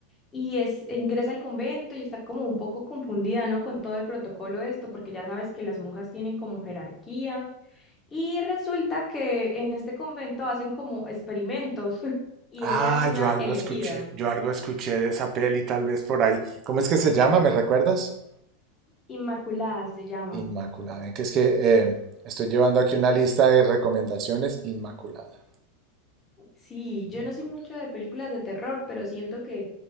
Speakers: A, on the left; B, on the right.
A: y es, e ingresa al convento y está como un poco confundida, ¿no? Con todo el protocolo de esto, porque ya sabes que las monjas tienen como jerarquía y resulta que en este convento hacen como experimentos <laughs> y ella
B: Ah,
A: es una
B: yo algo
A: elegida,
B: escuché, yo algo escuché de esa peli tal vez por ahí. ¿Cómo es que se llama? ¿Me recuerdas?
A: Inmaculada se llama.
B: Inmaculada. Que es que eh, estoy llevando aquí una lista de recomendaciones. Inmaculada.
A: Sí, yo
B: Inmaculada.
A: no soy mucho de películas de terror, pero siento que,